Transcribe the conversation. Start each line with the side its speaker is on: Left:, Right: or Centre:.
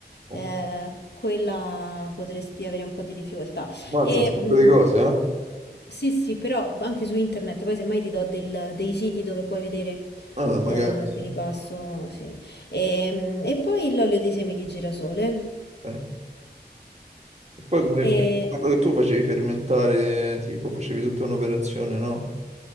Right: ok.
Left: Eh, quella potresti avere un po' di difficoltà.
Right: Mazza,
Left: E,
Right: un sacco
Left: mh,
Right: di cose, eh?
Left: sì, sì, però anche su internet, poi semmai ti do del- dei siti dove puoi vedere,
Right: Ah, magari,
Left: eh,
Right: sì.
Left: te li passo, sì. Ehm, E, poi l'olio di semi di girasole.
Right: Ok. E poi come
Left: E
Right: per quello che tu facevi fermentare, eh, tipo facevi tutta un'operazione, no?